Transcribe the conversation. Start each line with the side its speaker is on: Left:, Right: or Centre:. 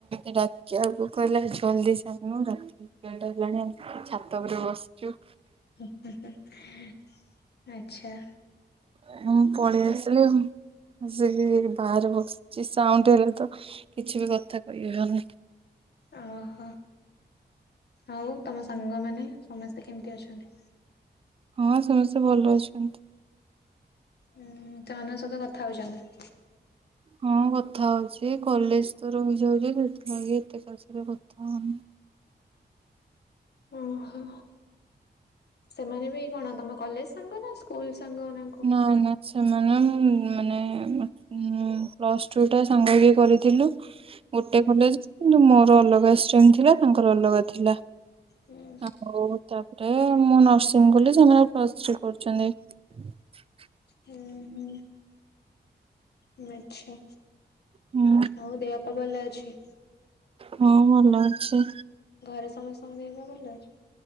Right: <inaudible> ଡାକିଆକୁ କହିଲେ ଜଲ୍ଦି ଶୋଉନୁ ଡାକ ଏଗାରଟା ହେଲାଣି ଛାତ ଉପରେ ବସଚୁ।
Left: ହୁଁ ହୁଁ ହୁଁ ଆଚ୍ଛା।
Right: ଉଁ ମୁଁ ପଳେଇ ଆସିଲି ଆଉ। ମୁଁ ସେଇଥି ପାଇଁ ଏଇ ବାହାରେ ବସଚି ସାଉଣ୍ଡ ହେଲେ ତ କିଛି ବି କଥା କହି ହବନି।
Left: ଅହ ଆଉ ତମ ସାଙ୍ଗମାନେ ସମସ୍ତେ କେମିତି ଅଛନ୍ତି?
Right: ହଁ ସମସ୍ତେ ଭଲ ଅଛନ୍ତି।
Left: ହୁଁ ହୁଁ ସେମାନଙ୍କ ସହିତ କଥା ହଉଚନ୍ତି।
Right: ହଁ କଥା ହଉଚି ଏ କଲେଜ ତ ରହିଯାଉଚି ସେଥିଲାଗି ଏତେ କାହା ସହିତ କଥା ହଉନି।
Left: ଓହୋ ସେମାନେ ବି କଣ ତମ କଲେଜ ସାଙ୍ଗ ନା ସ୍କୁଲ ସାଙ୍ଗ ନା। କଣ?
Right: ନା ନା ସେମାନେ ଉଁ ମାନେ ହୁଁ ପ୍ଲସ ଟୁ ଟା ସାଙ୍ଗ ହେଇକି କରିଥିଲୁ। ଗୋଟେ
Left: ହୁଁ
Right: କଲେଜ କିନ୍ତୁ ମୋର ଅଲଗା ଷ୍ଟ୍ରିମ୍ ଥିଲା ତାଙ୍କର ଅଲଗା ଥିଲା।
Left: ହୁଁ
Right: ଆଉ ତାପରେ ମୁଁ ନର୍ସିଂ କଲି ସେମାନେ ପ୍ଲସ ଥ୍ରୀ କରୁଚନ୍ତି। <inaudible>
Left: ହୁଁ ହୁଁ। ହୁଁ ଆଚ୍ଛା
Right: ହୁଁ
Left: ଆଉ ଦେହ ପା ଭଲ ଅଛି?
Right: ହଁ ଭଲ ଅଛି।
Left: ଘରେ ସମସ୍ତଙ୍କ ଦେହ ପା ଭଲ ଅଛି?